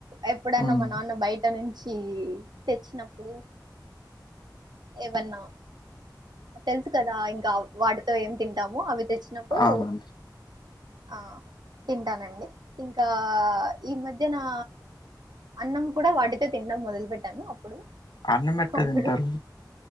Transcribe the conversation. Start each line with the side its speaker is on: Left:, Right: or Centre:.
Right: ఎప్పుడన్నా
Left: హ్మ్
Right: మా నాన్న బయ్ ఇక్క నుంచి తెచ్చినప్పుడు ఏవన్నా తెలుసు కదా ఇంకా వాటితో ఏం తింటాము అవి తెచ్చినప్పుడు
Left: అవును
Right: ఆ తింటానండి ఇంకా ఈ మధ్యనా అన్నం కూడా వాటితో తినడం మొదలుపెట్టాను అప్పుడు
Left: అన్నం
Right: ఒకప్పుడు
Left: పెడితే తింటారు